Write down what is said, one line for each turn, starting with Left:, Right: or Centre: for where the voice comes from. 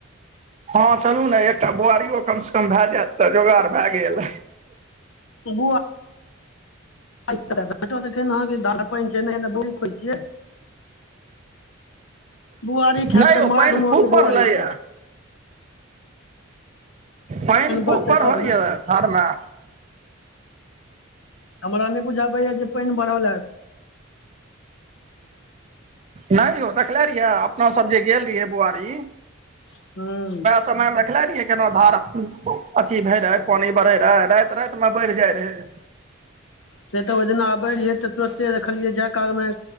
Right: हँ चलू ने एकटा बोआरियो कम से कम भए जायत तऽ जोगाड़ भए गेल
Left: बुआ बोआरी कत भेटत अखन अहांके धारि पानि छैहे नै बोआरी खोजै छियै बुआरी खायब
Right: नहि
Left: तऽ
Right: यौ
Left: माघ
Right: पानि
Left: मास
Right: खूब
Left: के
Right: बढ़लैया
Left: बुआरी खायब
Right: पानि खूब
Left: बढ़तै
Right: बढ़ल
Left: तब ने
Right: यऽ धारमे
Left: हमरा नहि बुझाबैय जे पानि बढ़ल हैत
Right: नहि यौ देखले रहियै अपना सब जे गेल रहियै बोआरी
Left: ह्म
Right: समय मे देखले रहियै केना धार अथी भय रहे पानी बढ़े रहे राति राति में बढ़ जाय रहे
Left: से तऽ ओहि दिना आबैत रहियै तऽ तुरन्ते देखलियै जाय कालमे